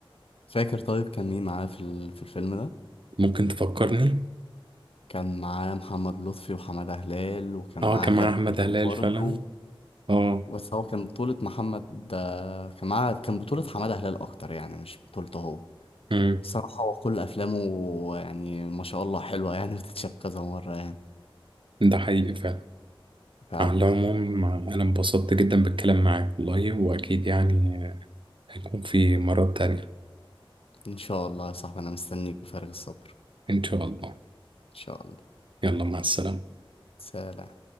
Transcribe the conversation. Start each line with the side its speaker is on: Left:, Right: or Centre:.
Left: فاكر طيب كان مين معاه في ال- في الفيلم ده
Right: ممكن تفكرني
Left: كان معاه محمد لطفي وحمادة هلال وكان
Right: اه
Left: معاه
Right: كان
Left: غادة
Right: مع أحمد
Left: عادل
Right: هلال
Left: برضه
Right: فعلا اه
Left: بس هو كان بطولة محمد آه، كان معاه كان بطولة حمادة هلال اكتر يعني مش بطولته هو
Right: امم
Left: صراحة هو كل أفلامه يعني ما شاء الله حلوة يعني <laughs> وتتشاف كذا مرة يعني
Right: ده حقيقي فعلا
Left: فعلا
Right: على العموم أنا انبسطت جدا بالكلام معاك والله وأكيد يعني هيكون في مرات تانية
Left: إن شاء الله يا صاحبي أنا مستنيك بفارغ الصبر
Right: إن شاء الله
Left: إن شاء الله
Right: يلا مع السلامة
Left: سلام